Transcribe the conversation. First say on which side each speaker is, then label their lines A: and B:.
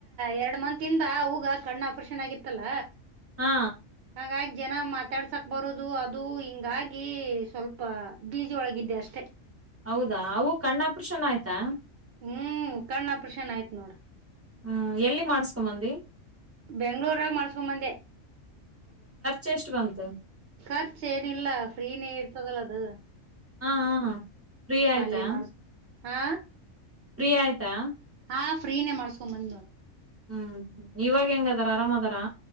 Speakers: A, on the right; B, on the right.
A: ಎರಡ್ ಮತ್ ಇಿಂದ ಅವ್ವಗ ಕಣ್ಣ ಆಪರೇಷನ್ ಆಗಿತ್ತಲ್ಲ
B: ಹಾ
A: ಹಾಗಾಗಿ ಜನ ಮಾತಾಡ್ಸಕ್ ಬರುದು ಅದು ಹಿಂಗಾಗಿ ಸ್ವಲ್ಪ ಬೀಜೊಳಗಿದ್ದೆ ಅಷ್ಟೆ
B: ಹೌದಾ ಅವು ಕಣ್ಣಾಪ್ರೇಷನ್ ಆಯ್ತಾ
A: ಹ್ಮ್ ಕರ್ಣಪಷನ್ ಆಯ್ತ್ ನೋಡ
B: ಹ್ಮ ಎಲ್ಲಿ ಮಾಡಸ್ಕೊಂಬಂದಿ
A: ಬೆಂಗ್ಳೂರಾಗ ಮಾಡಸ್ಕೊಂಬಂದೆ
B: ಚೆಸ್ಟ್ ಬಂತು
A: ಖರ್ಚ ಏನಿಲ್ಲ ಫ್ರೀನೇ ಇರ್ತದಲ್ಲ ಅದು
B: ಹಾ ಹಾ ಫ್ರೀ ಆಯ್ತಾ
A: ಅಲ್ಲಿ ಮಾಡ್ಸ್ ಹಾ
B: ಪ್ರೀ ಆಯ್ತಾ
A: ಹಾ ಫ್ರೀನೇ ಮಾಡಸ್ಕೊಂಡ್ ಬಂದ್ ನೋಡ್
B: ಹ್ಮ್ ಇವಾಗ ಹೆಂಗದಾರ ಅರಾಮ್ ಅದಾರಾ